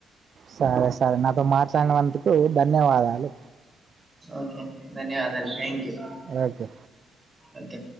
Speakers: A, on the right; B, on the right.
A: సరే సరే నాతో మాట్లాడినందుకు ధన్యవాదాలు
B: ఓకే ధన్యవాదాలు థ్యాంక్ యూ
A: అకే
B: ఓకే